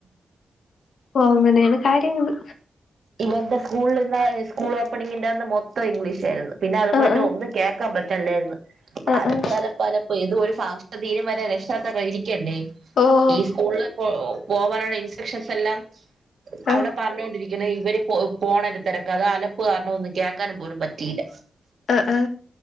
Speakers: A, on the left (about 60°); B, on the right (about 50°).
A: ഓ അങ്ങനേണ്. കാര്യങ്ങള്.
B: ഇവര്ടെ സ്കൂള്ന്ന് സ്കൂൾ ഓപ്പണിങ്ങിന്റെന്ന് മൊത്തം ഇംഗ്ലീഷേര്ന്നു. പിന്നെ അതു
A: ആഹ്
B: പോയിട്ട്
A: ആഹ്
B: ഒന്ന് കേ ാൻ പറ്റല്ലേരുന്നു.
A: ആഹ്
B: അലപ്പ്
A: ആഹ്
B: അലപ്പ് അലപ്പ് ഏതോരു ഫാഷാത്ത തീരം വരെ രക്ഷാർത്തം രിക്കണ്ടേ?
A: ഓഹ്
B: ഈ സ്കൂളില് പോ പോവാനുള്ള ഇൻസ്ട്രക്ഷൻസെല്ലാം അവിടെ
A: ആഹ്
B: പറഞ്ഞൊണ്ടിരി ഇന്ന് ഇവര് പോ പോണെന്റെ തിരക്ക് അതലപ്പ് കാരണൊന്നും കേൾക്കാനും പോലും പറ്റീല്ല.
A: അ ആ